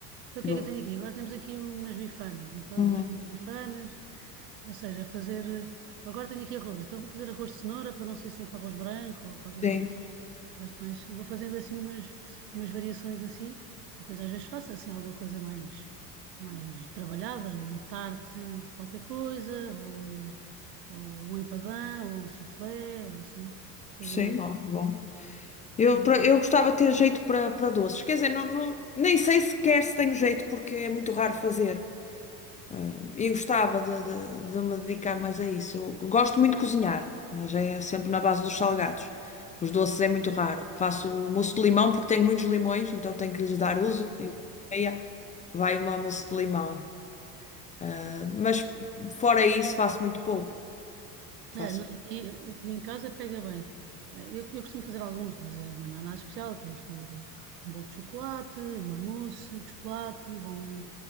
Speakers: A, on the right; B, on the left.
A: Então o
B: Boa.
A: que é que eu tenho aqui? Agora temos aqui umas bifanas, então
B: Uhum.
A: vamos fazer as bifanas. Ou seja, fazer. Agora tenho aqui arroz, então vou fazer arroz de cenoura para não ser sempre arroz branco ou qualquer
B: Sim,
A: coisa assim. Gosto mais, vou fazendo assim umas, umas variações assim, e depois às vezes faço assim alguma coisa mais, mais trabalhada, uma tarte de qualquer coisa, ou um, ou um empadão, ou um soufflé, ou assim, coisa
B: sim,
A: mais.
B: ó, bom. Eu,
A: <laughs>
B: pra- eu gostava de ter jeito para para doces. Quer dizer, não, não- nem sei sequer se tenho jeito, porque é muito raro fazer. Ah, e gostava de, de- de me dedicar mais a isso. Eu gosto muito de cozinhar, mas é sempre na base dos salgados. Os doces é muito raro. Faço mousse de limão porque tenho muitos limões, então tenho que lhes dar uso. E meia vai uma mousse de limão. Ah, mas fora isso, faço muito pouco. Faço.
A: É, no- aqui, aqui em casa pega bem. Eh, Eu, eu costumo fazer alguns, mas, eh, mas não é nada especial. Eu costumo fazer o- um bolo de chocolate, uma mousse de chocolate, ou um,